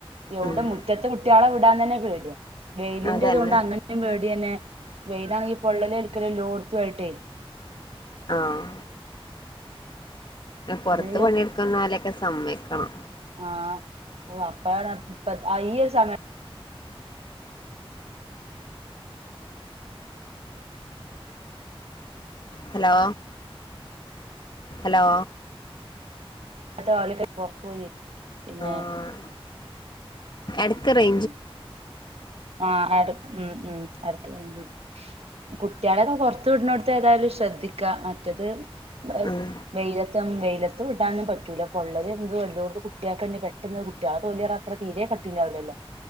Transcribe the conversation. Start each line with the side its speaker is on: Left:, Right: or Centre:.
Right: എവ്ടെ
Left: ഉം
Right: മുറ്റത്ത് കുട്ടിയാളെ വിടാൻ തന്നെ പേടിയ വെയിലിൻ്റെ
Left: അതന്നെ
Right: തോണ്ട് അങ്ങനീ പേടിയന്നെ വെയിലാണിൽ പൊള്ളലേൽക്കല എല്ലോടുത്തായിട്ടേ
Left: ആഹ് പൊറത്ത്
Right: ഫുള്ള്
Left: പണിയെടുക്കുന്നോലൊക്കെ സമ്മയിക്കണം
Right: ആഹ് ഓഹ് അപ്പഴാണ് ഇപ്പ ഈ ഒരു സമയ
Left: ഹലോ ഹലോ
Right: തോലൊക്കേ പുറത്തു പോയി പിന്നെ
Left: ആ എടക്ക് റേ
Right: ഉം ആഹ് റാട് ഉം ഉം എടക്ക് റെയിഞ്ചി പോണ് കുട്ട്യാളൊക്കെ പൊറത്ത് വിട്നോടുത്ത് ഏതായാലും ശ്രദ്ധിക്ക മറ്റത് ബ
Left: ഉം
Right: വെയിലത്തം വെയിലത്ത് വിടാനും പറ്റൂല പൊള്ളലെന്തും എല്ലോടത്തും ഓക്കെ കുട്ട്യാക്കല്ലേ പെട്ടൊന്ന് കുട്ട്യാകന്നെ പ കുട്ടിയാളെ തൊലീ അറഞ്ഞ അത്ര തീരേ കട്ടിണ്ടാവില്ലല്ലോ